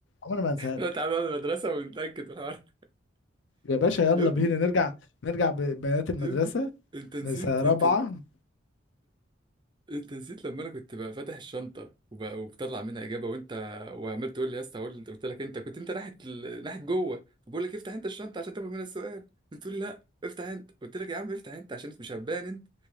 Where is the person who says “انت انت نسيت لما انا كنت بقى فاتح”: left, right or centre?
Right